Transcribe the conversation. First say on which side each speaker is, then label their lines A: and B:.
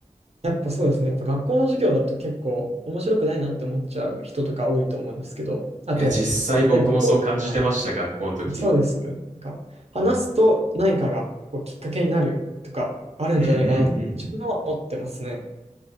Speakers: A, on the right; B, on the right.
A: やっぱそうですね。やっぱ学校の授業だと結構面白くないなって思っちゃう人とか多いと思うんですけど、あと、
B: いや、実際僕もそう感じてました、
A: 例えばと、は
B: 学校の時。
A: いそうです。なんか、話すと何かがこうきっかけになるとかあるんじゃないかなって自分は思ってますね。
B: うん、うんうんうん